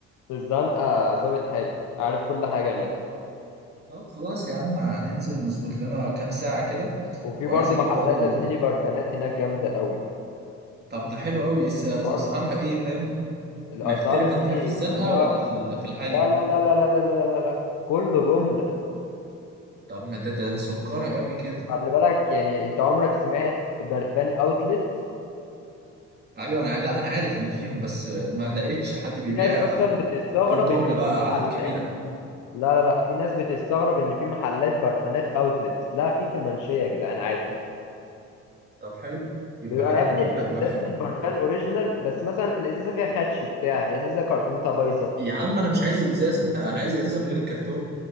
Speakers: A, on the left; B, on the right.
A: في الزنقة ظابط حالي عارف كل حاجة هناك
B: طب خلاص يا عم هننزل نظبط لنا كام ساعة كده
A: وفي
B: وعايز
A: برضو
B: أجيب
A: محلات
B: برضو
A: يا زميلي برفانات هناك جامدة قوي
B: طب ده حلو أوي أس-
A: برضو
B: أسعارها إيه فاهم
A: الأسعار
B: محترمة
A: يا زميلي
B: إن هي في الزنقة
A: كلها
B: ولا في ال- في العالي
A: لا لا لا لا لا لا لا لا لا لا. كله جملة
B: طب ما ده ده سكرة قوي كده
A: خلي بالك يعني انت عمرك سمعت برفان اوتلت
B: ايوه انا لا انا عارف ان فيهم بس ما لقيتش حد بيبيع
A: في ناس اصلا بتستغرب
B: غير جملة
A: ان
B: بقى
A: في محلات
B: اعداد كبيرة
A: لا لا لا في ناس بتستغرب ان في محلات برفانات اوتلت لا في في المنشية يا جدعان عادي
B: طب حلو يبقى
A: بيبقى
B: كده
A: يا ابني
B: هنجيب م- يبقى
A: ازازة
B: في-
A: البرفان اوريجينال بس مثلا الازازة فيها خدش بتاع الازازة كرتونتها بايظة
B: يا عم انا مش عايز الازازة <laughs> انا عايز الازازة من غير الكرتون